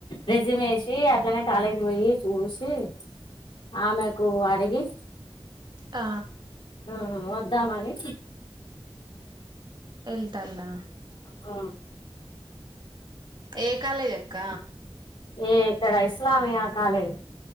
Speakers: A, on the left; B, on the right.
A: రెజూమ్ వేసి అట్లనే కాలేజీ పోయి చూసి ఏ ఆమెకు అడిగి
B: ఆ
A: ఆ వద్దామని
B: వెల్తాన్న
A: ఆ
B: ఏ కాలేజ్ అక్క?
A: ఏ ఇక్కడ ఇస్లామియా కాలేజ్